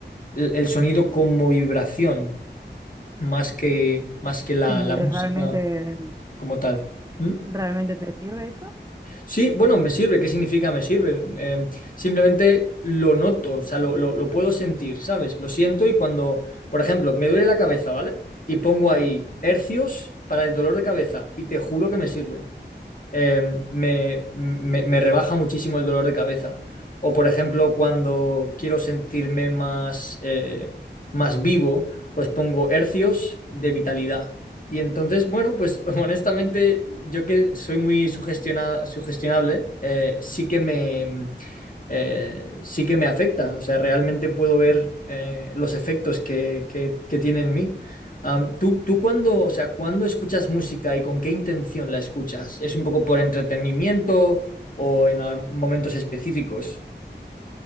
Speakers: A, on the left; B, on the right.
A: el, el sonido como vibración, más que, más que la,
B: ¿Y
A: la
B: realmente,
A: música como tal. ¿Mm?
B: realmente te sirve eso?
A: Sí, bueno, me sirve. ¿Qué significa me sirve? Eh, simplemente lo noto, o sea, lo, lo- lo puedo sentir, ¿sabes? Lo siento y cuando, por ejemplo, me duele la cabeza, ¿vale? Y pongo ahí hercios para el dolor de cabeza y te juro que me sirve. eh, me, me- me rebaja muchísimo el dolor de cabeza. O, por ejemplo, cuando quiero sentirme más, eh, más vivo, pues pongo hercios de vitalidad. Y entonces, bueno, pues <laughs> honestamente, yo que soy muy sugestiona- sugestionable, eh, sí que me, eh, sí que me afecta. O sea, realmente puedo ver eh, los efectos que, que, que tiene en mí. Am, ¿tú, tú cuándo, o sea, cuándo escuchas música y con qué intención la escuchas? ¿Es un poco por entretenimiento o en al- momentos específicos?